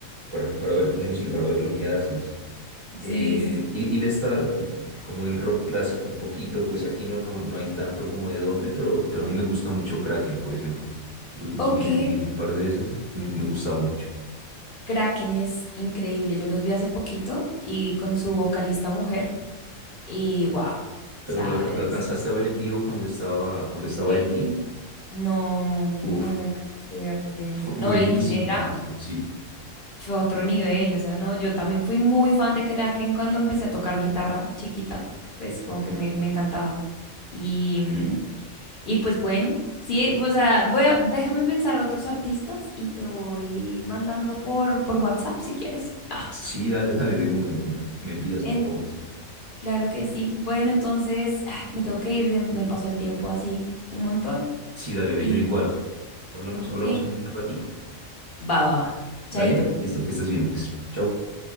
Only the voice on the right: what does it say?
para, para ver tu música, para ver lo que haces. Eh,
y, y de esta, eh, como del rock clásico un poquito, pues aquí no, no, no hay tanto como de dónde, pero, pero a mí me gusta mucho Kraken, por ejemplo. Los, los
miré en vivo un par de veces, me, me gustaba mucho.
Pero
lo, alca-
lo alcanzaste a ver en vivo cuando estaba, cuando estaba
Elkin.
Uf,
<laughs>
buenísimo,
buenísimo, sí.
Sí, dale, dale, de una, de una. Me envías,
por favor, sí.
Sí, dale, ve,
yo igual. Hablamos, hablamos
en un ratico.
Dale,
listo, que estés bien, pues. Chau.